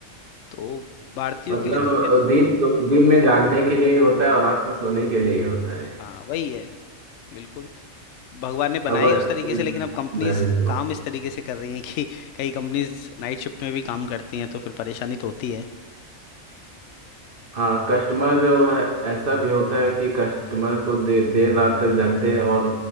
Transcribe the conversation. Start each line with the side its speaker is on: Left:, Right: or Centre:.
Left: तो भारतीयों
Right: मतलब
Left: के लिए तो खैर
Right: अ, दिन सो- दिन में जागने के लिए होता है और रात में सोने के लिए होता
Left: हाँ
Right: है
Left: वही है बिल्कुल भगवान ने बनाए
Right: अब <laughs> अ,
Left: उस तरीके
Right: उल्टा
Left: से लेकिन अब कंपनीज
Right: है इस वक्त।
Left: काम इस तरीके से कर रही हैं कि <laughs> कई कंपनीज नाइट शिफ्ट में भी काम करती हैं तो फिर परेशानी तो होती है
Right: हाँ कस्टमर जो है ऐसा भी होता है कि कस्टमर को देर देर रात तक जागते हैं और